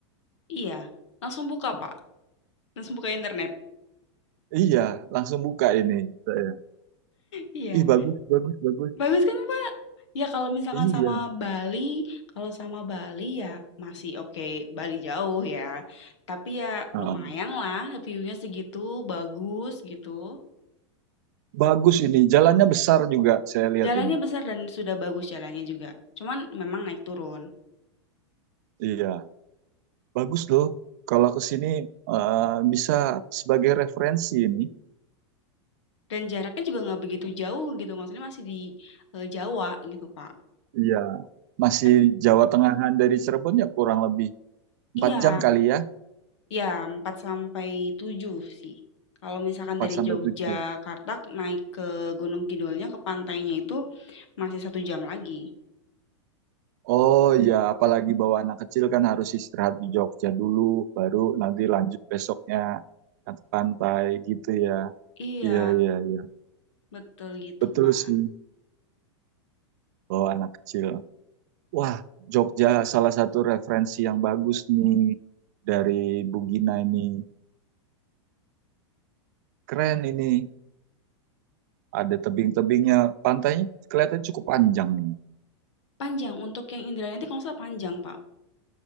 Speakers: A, on the left; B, on the right.
A: Iya, langsung buka, Pak. Langsung buka internet.
B: Iya, langsung buka ini saya.
A: Iya.
B: Ih bagus bagus bagus.
A: Bagus kan, Pak? Ya kalau misalkan
B: Iya.
A: sama Bali, kalau sama Bali ya masih oke, Bali jauh ya. Tapi ya
B: Heeh.
A: lumayan lah, view-nya segitu, bagus gitu.
B: Bagus ini, jalannya besar juga saya lihat
A: Jalannya
B: ini.
A: besar dan sudah bagus jalannya juga. Cuman memang naik turun.
B: Iya. Bagus loh kalau ke sini eh, bisa sebagai referensi ini.
A: Dan jaraknya juga nggak begitu jauh gitu, maksudnya masih di eh, Jawa gitu, Pak.
B: Iya. Masih
A: Kan
B: Jawa Tengahan dari Cirebon ya kurang lebih
A: Iya,
B: 4 jam kali ya,
A: Ya, 4 sampai 7 sih. Kalau misalkan
B: 4
A: dari
B: sampai
A: Yogyakarta
B: 7.
A: naik ke Gunung Kidulnya ke pantainya itu masih satu jam lagi.
B: Oh ya, apalagi bawa anak kecil kan harus istirahat di Jogja dulu, baru nanti lanjut besoknya kan ke pantai gitu ya.
A: Iya,
B: Iya, iya, iya.
A: betul gitu,
B: Betul
A: Pak.
B: sih, bawa anak kecil. Wah, Jogja salah satu referensi yang bagus nih dari Bugina ini. Keren ini. ada tebing-tebingnya. Pantainya kelihatan cukup panjang ini.
A: Panjang untuk yang Indrayani itu kalau nggak salah panjang, Pak,